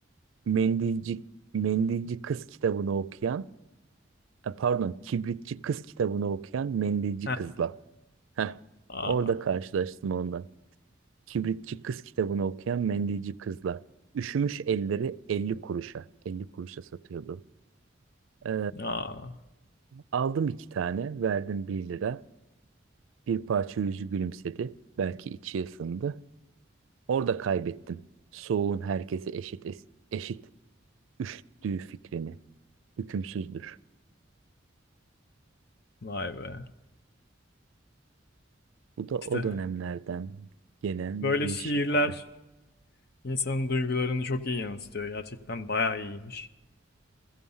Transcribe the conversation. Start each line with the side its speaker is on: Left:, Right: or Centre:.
Right: Mendilci, Mendilci Kız kitabını okuyan e, pardon Kibritçi Kız kitabını okuyan Mendilci
Left: Heh.
Right: Kızla. Heh,
Left: Aa,
Right: orada karşılaştım ondan. Kibritçi Kız kitabını okuyan mendilci kızla. Üşümüş elleri elli kuruşa. 50 kuruşa satıyordu. Ee,
Left: aa,
Right: aldım iki tane. Verdim bir lira. Bir parça yüzü gülümsedi. Belki içi ısındı. Orada kaybettim. Soğuğun herkesi eşit es- eşit üşüttüğü fikrini. Hükümsüzdür.
Left: vay be.
Right: Bu da o
Left: İşte
Right: dönemlerden gelen
Left: böyle
Right: bir
Left: şiirler
Right: şey abi.
Left: insanın duygularını çok iyi yansıtıyor. Gerçekten bayağı iyiymiş.